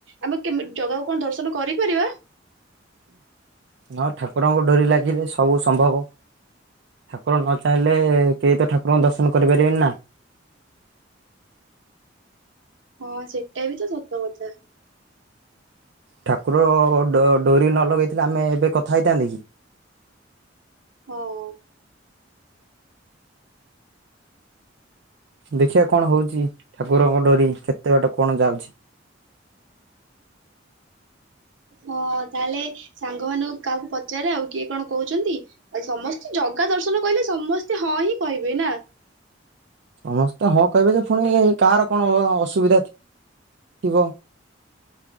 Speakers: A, on the right; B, on the right.
A: ଆମେ କେମି ଜଗାକୁ କଣ ଦର୍ଶନ କରିପାରିବା?
B: ହଁ ଠାକୁରଙ୍କ ଡରି ଲାଗିଲେ ସବୁ ସମ୍ଭବ, ଠାକୁର ନ ଚାହିଁଲେ କେହି ତ ଠାକୁରଙ୍କୁ ଦର୍ଶନ କରିପାରିବେନି ନା।
A: ହଁ ସେଟା ବି ତ ସତ କଥା।
B: ଠାକୁର ଡ-ଡୋରି ନ ଲଗେଇଥିଲେ ଆମେ ଏବେ କଥା ହେଇଥାନ୍ତେ କି?
A: ହଁ।
B: ଦେଖିବା କଣ ହଉଚି, ଠାକୁରଙ୍କ ଡୋରି କେତେ ବାଟ କଣ ଯାଉଛି।
A: ହଁ ତାହେଲେ ସାଙ୍ଗ ମାନଙ୍କୁ କାହାକୁ ପଚାରେ ଆଉ କିଏ କଣ କହୁଚନ୍ତି? ଆଉ ସମସ୍ତେ ଜଗା ଦର୍ଶନ କହିଲେ ସମସ୍ତେ ହଁ ହିଁ କହିବେ ନା।
B: ସମସ୍ତେ ହଁ କହିବେ ଯେ ଫୁଣି କାହାର କଣ ଅ ଅସୁବିଧା ଥିବ।